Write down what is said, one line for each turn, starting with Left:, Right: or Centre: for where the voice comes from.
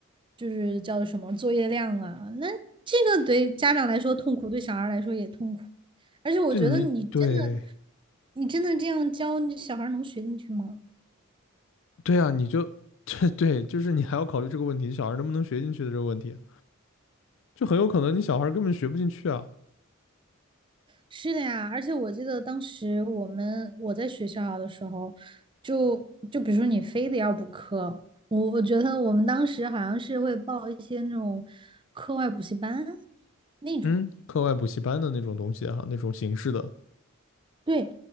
Right: 就是叫什么作业量啊？那这个对家长来说痛苦，对小孩儿来说也痛苦。而且我觉得你真的，
Left: 就你对
Right: 你真的这样教，你小孩儿能学进去吗？
Left: 对啊，你就 <laughs> 对对，就是你还要考虑这个问题，小孩能不能学进去的这个问题啊，就很有可能你小孩根本学不进去啊。
Right: 是的呀，而且我记得当时我们我在学校的时候，就就比如说你非得要补课，我我觉得我们当时好像是会报一些那种课外补习班那种。
Left: 嗯，课外补习班的那种东西哈、啊，那种形式的，
Right: 对，